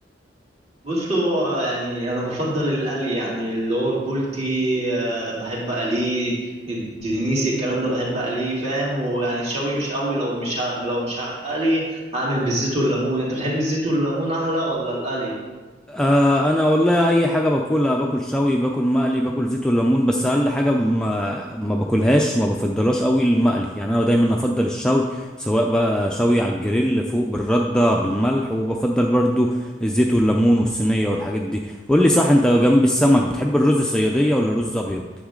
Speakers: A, on the right; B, in the centre.
A: بص هو يعني انا بفضل القلي يعني اللي هو البولتي آه، بحب اقليه الدنيسي الكلام ده بحب اقليه فاهم ويعني الشوي مش قوي لو مش ه... لو مش هقلي هعمل بالزيت والليمون انت بتحب الزيت والليمون احلى ولا القلي
B: آه انا والله اي حاجه باكلها باكل شوي باكل مقلي باكل زيت وليمون بس اقل حاجه ما ما باكلهاش ما بفضلهاش قوي المقلي يعني انا دايما افضل الشوي سواء بقى شوي على الجريل فوق بالرده بالملح وبفضل برضو الزيت والليمون والصينيه والحاجات دي قول لي صح انت جنب السمك بتحب الرز الصياديه ولا رز ابيض